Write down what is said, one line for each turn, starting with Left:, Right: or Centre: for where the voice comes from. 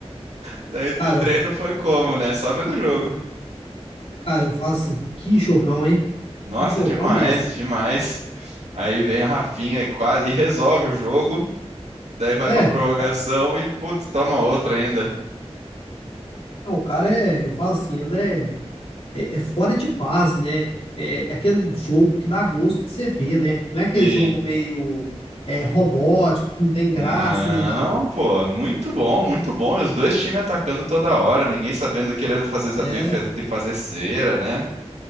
Right: Daí tu-
Left: Cara,
Right: o treino foi como, né? Só vendo o jogo.
Left: Cara, eu falo assim, que jogão, hein?
Right: Nossa,
Left: Que jogão
Right: demais,
Left: mesmo.
Right: demais. Aí vem o Rafinha e quase e resolve o jogo. Daí vai
Left: É,
Right: pra prorrogação
Left: cara,
Right: e, putz, toma outra ainda.
Left: não, o cara é, eu falo assim, ele é, é, é fora de paz, né? É, é aquele jogo que dá gosto de você ver, né? Não é aquele
Right: Sim.
Left: jogo meio é, robótico, que não tem
Right: Não,
Left: graça nem nada.
Right: pô, muito bom, muito bom. E os dois times atacando toda hora, ninguém sabendo, querendo fazer, saber
Left: É,
Right: fe- de fazer cera, né?